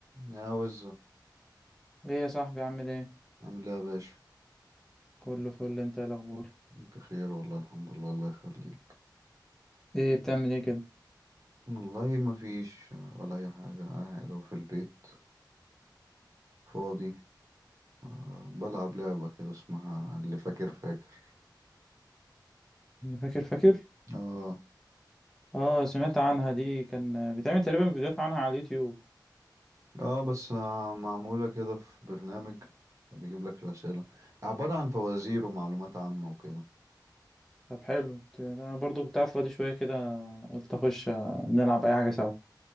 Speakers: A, on the right; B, in the centre.
A: يا وزة
B: ايه يا صاحبي عامل ايه
A: عامل ايه يا باشا
B: كله فل انت إيه الاخبار
A: بخير والله الحمد لله الله يخليك
B: ايه بتعمل ايه كده
A: والله ما فيش ولا اي حاجة قاعد أهو في البيت فاضي آه، بلعب لعبة كده اسمها اللي فاكر فاكر
B: فاكر فاكر
A: اه
B: اه سمعت عنها دي كان بتعمل تقريبا فيديوهات عنها على اليوتيوب
A: اه بس آه، معمولة كده في برنامج بيجيب لك الأسئلة عبارة عن فوازير ومعلومات عامة وكده
B: طب حلو انا برضو كنت قاعد فاضي شويه كده قلت اخش آه، نلعب اي حاجه سوا